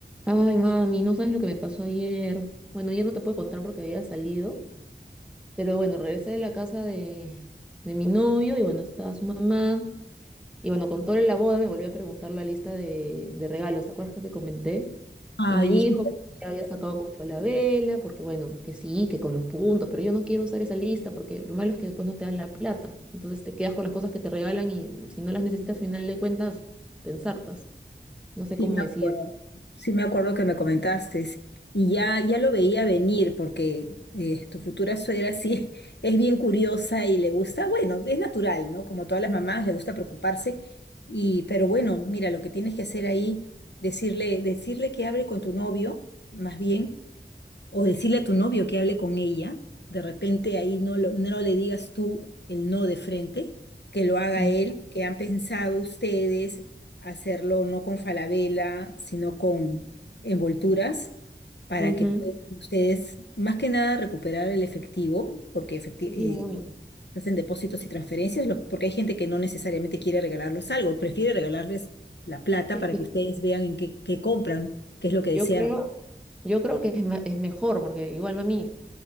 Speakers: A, in the centre; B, on the left.
A: Ay, mami, no sabes lo que me pasó ayer. Bueno, ayer no te puedo contar porque había salido, pero bueno, regresé de la casa de, de mi novio y bueno, estaba su mamá. Y bueno, con toda la boda me volvió a preguntar la lista de, de regalos, ¿te acuerdas que te comenté?
B: Ay,
A: Y me dijo
B: hijita,
A: que había sacado con Falabella, porque bueno, que sí, que con los puntos, pero yo no quiero usar esa lista porque lo malo es que después no te dan la plata. Entonces te quedas con las cosas que te regalan y si no las necesitas, al final de cuentas, te ensartas. No sé
B: sí
A: cómo
B: me acuerdo,
A: decir.
B: sí me acuerdo que me comentaste y ya, ya lo veía venir porque eh, tu futura suegra sí <laughs> es bien curiosa y le gusta, bueno, es natural, ¿no? Como todas las mamás, le gusta preocuparse y, pero bueno, mira, lo que tienes que hacer ahí, decirle, decirle que hable con tu novio, más bien, o decirle a tu novio que hable con ella, de repente ahí no, lo- no le digas tú el no de frente, que lo haga
A: Mm,
B: él, que han pensado ustedes hacerlo no con falabella, sino con envolturas, para
A: ujú.
B: que puedan ustedes más que nada recuperar el efectivo, porque efecti-
A: Sí,
B: eh,
A: obvio.
B: hacen depósitos y transferencias, los- porque hay gente que no necesariamente quiere regalarles algo, prefiere regalarles la plata
A: Es
B: para
A: que
B: que ustedes vean en qué, qué compran, qué es lo que
A: yo
B: desean
A: creo, yo creo que es, ma- es mejor, porque igual, mami,